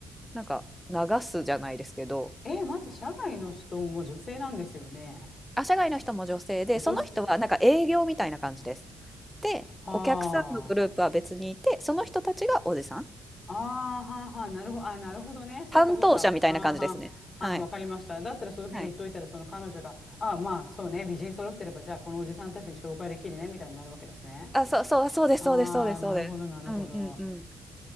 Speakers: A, in the centre; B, on the left (about 40°).
A: なんか流すじゃないですけど、
B: えー、待って、社外の人も女性なんですよね。
A: あ、社外の人も女性で、
B: 女性、
A: その人はなんか営業みたいな感じです。で、
B: はあ。
A: お客さんのグループは別にいて、その人たちがおじさん。
B: ああ、はあ、はあ、なるほど、あー、なるほどね。そっか、
A: 担当者みたいな感じですね。
B: そっか。はあ、はあ、
A: はい。
B: はあ、わかりました。だったらそういうふうに言っといたら、
A: はい
B: その彼女が、ああ、まあ、そうね、美人揃ってれば、じゃあ、このおじさんたちに紹介できるね、みたいになるわけですね。
A: あ、そうそう、そうですそうですそうですそうです。
B: ああ、なるほど、なるほど。
A: うんうんうん。